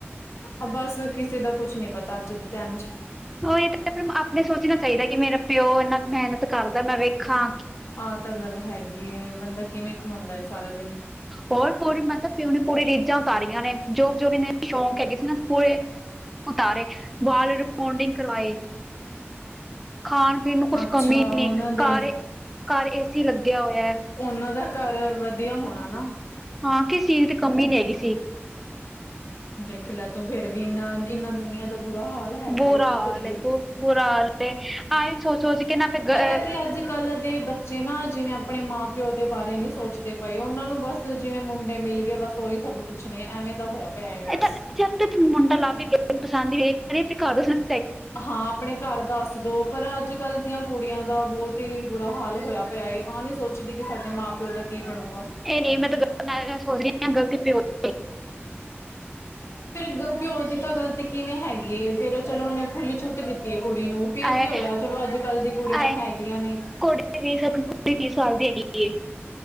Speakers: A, on the left; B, in the centre.
A: ਅ ਬਸ ਕਿਸੇ ਦਾ ਕੁਛ ਨੀ ਪਤਾ, ਅੱਜ ਦੇ ਟੈਮ 'ਚ।
B: ਓਹੀ ਤਾਂ ਅਪਣੇ ਸੋਚਣਾ ਚਾਈਦਾ, ਕਿ ਮੇਰਾ ਪਿਓ ਏਨਾ ਮੈਹਨਤ ਕਰਦਾ, ਮੈਂ ਵੇਖਾਂ
A: ਆਹ ਤਾਂ ਗੱਲ ਹੈਗੀ ਏ, ਬੰਦਾ ਕਿਵੇਂ ਕਮਾਉਂਦਾ ਏ ਸਾਰਾ ਦਿਨ।
B: ਹੋਰ ਪੂਰੀ ਮਤਲਬ ਪਿਓ ਨੇ ਪੂਰੀ ਰੀਝਾਂ ਉਤਾਰੀਆਂ ਨੇ ਜੋ ਜੋ ਇਨੇ ਸ਼ੌਂਕ ਹੈਗੇ ਸੀ ਨਾ ਪੂਰੇ ਉਤਾਰੇ, ਵਾਲ ਰੀਬੋੰਡਿੰਗ ਕਰਵਾਏ। ਖਾਣ-ਪੀਣ ਨੂੰ ਕੁਛ
A: ਅੱਛਾ
B: ਕਮੀ
A: ਉਹਨਾਂ
B: ਨੀ,
A: ਦੇ
B: ਕਾਰੇ ਘੱਰ ਏ ਸੀ ਲੱਗਿਆ ਹੋਇਐ।
A: ਓਹਨਾਂ ਦਾ ਘਰ ਵਧੀਆ ਹੋਣਾ ਨਾ।
B: ਹਾਂ, ਕਿਸੇ ਚੀਜ਼ ਦੀ ਕਮੀ ਨੀ ਹੈਗੀ ਸੀ।
A: ਦੇਖ ਲੈ ਤੋ ਫੇਰ ਵੀ ਇਨਾ, ਇਨਾਂ ਦੁਨੀਆਂ ਦਾ ਬੁਰਾ ਹਾਲ ਹੈਗਾ
B: ਬੁਰਾ
A: ਏ ਕੀ ਕਰੀਏ?
B: ਹਾਲ ਹੈ ਬ ਬੁਰਾ ਹਾਲ ਆਏ ਸੋਚ ਸੋਚ ਕੇ ਨਾ ਫਿਰ
A: ਪਤਾ ਕੀ ਅੱਜ ਅੱਜ-ਕੱਲ ਦੇ ਬੱਚੇ ਨਾ ਜਿਵੇਂ ਆਪਣੇ ਮਾਂ-ਪਿਓ ਦੇ ਬਾਰੇ ਨੀ ਸੋਚਦੇ ਪਏ, ਔਨਾਂ ਨੂੰ ਬਸ ਜਿਵੇਂ ਮੁੰਡੇ ਮਿਲ ਗਏ ਬਸ ਓਹੀ ਸਭ ਕੁਛ ਨੇ, ਐਵੇਂ ਦਾ ਹੋਯਾ ਪਿਆ ਏ ਬਸ।
B: ਇਹ ਤਾਂ ਜਦ ਤੱਕ ਮੁੰਡਾ ਲੱਭ ਹੀ ਪਸੰਦ ਵੇਖਹੜ ਪ੍ਰਕਾਰ ਦ, <unintelligible>
A: ਹਾਂ ਆਪਣੇ ਘਰ ਦੱਸ ਦੋ ਪਰ ਅੱਜ-ਕੱਲ੍ਹ ਦੀਆਂ ਕੁੜੀਆਂ ਦਾ ਬਹੁਤ ਹੀ ਬੁਰਾ ਹਾਲ ਹੋਇਆ ਪਿਆ ਏ ਆਹ ਨੀ ਸੋਚ ਪੁੱਛਦੀ ਕਿ ਸਾਡੇ ਮਾਂ ਪਿਓ ਦਾ ਕੀ ਬਣੂਗਾ,
B: ਇਹ ਨਹੀਂ ਮੈਂ ਤਾਂ ਗਲਤ ਮੈਂ ਸੋਚ ਰਹੀ ਗਲਤੀ ਪਿਓ ਦੀ ਐ,
A: ਫੇਰ ਪਿਓ ਦੀ ਤਾਂ ਗਲਤੀ ਕਿਵੇਂ ਹੈਗੀ ਐ ਫੇਰ ਉਹ ਚਲੋ ਉਹਨੇ ਖੁੱਲੀ ਛੁੱਟ ਦਿੱਤੀ ਐ ਕੁੜੀ ਨੂੰ ਫਿਰ
B: ਆਏ
A: ਕੀ ਹੋਇਆ ਚਲੋ ਅੱਜ-ਕੱਲ ਦੀ ਕੁੜੀਆਂ
B: ਆਏ
A: ਹੈਗੀਆਂ ਨੇ,
B: ਕੁੜੀ ਵੀ ਸਕ ਕੁੜੀ ਸਾਲ ਦੀ ਹੈਗੀ ਏ